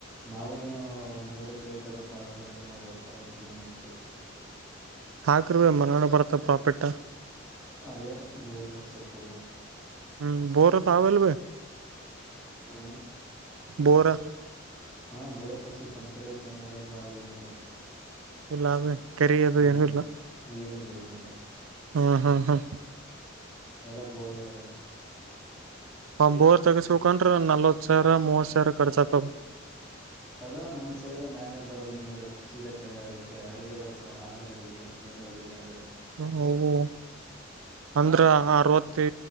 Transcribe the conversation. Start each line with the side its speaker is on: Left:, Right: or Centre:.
Centre: ನಾವು ಏನೊ ಒಂದ್ ಮೂರ್ ಎಕರೆ ಐತೆ ಅದಕ್ ಹಾಕಕ್ಕಂತ ಮಾಡವಪ್ಪ ಅಡಕಿನ ಮತ್ತೆ.
Right: ಹಾಕ್ರ ಭೈ ಮನಗಂಡ್ ಬರತ್ತ ಪ್ರಾಫಿಟ್.
Centre: ಅದೇ ಬೋರ್ ತಕ್ಸಕ್ಕು.
Right: ಹ್ಮ್ ಬೋರ ತಾವಲ್ಲ ಭಾಯ್
Centre: ಹಾ
Right: ಬೋರಾ.
Centre: ಹಾ ಬೋರ ತಕ್ಸುಕ್ ನಮ್ ಕಡೆ ಕೆನಲ್ಲ ಬಾವಿ ಏನಿಲ್ಲ.
Right: ಇಲ್ಲ ಅದ ಕೆರಿ ಅದು
Centre: ಹಾ
Right: ಏನು ಇಲ್ಲ
Centre: ಏನಿಲ್ಲ ಏನಲ್ಲ.
Right: ಹ್ಮ್ ಹ್ಮ್ ಹ್ಮ.
Centre: ಎಲ್ಲ ಬೋರ ವೇಲ್
Right: ಒಂಬೋರ್ ತಗಸಬೇಕಅಂದ್ರೆ ನಲ್ವತ್ತು ಸಾವಿರ ಮೂವತ್ತು ಸಾವಿರ ಖರ್ಚು
Centre: ಅದ ನಮ್ ಸೈಡ್ ಮ್ಯಾಗ್ಮೇ ಬರಲ್ಲ ನೀರು ಸೀದಾ ಕೆಳ ಅಡಿಕ ಅಡಗೆ ಬರುತಾವ ಆರ್ನೂರ್ ಅಡಗೆ ಇವನ ರೆಡಿಗ್ಯಾಂಗ್
Right: <unintelligible> ಅಂದ್ರ ಅರವತ್ತ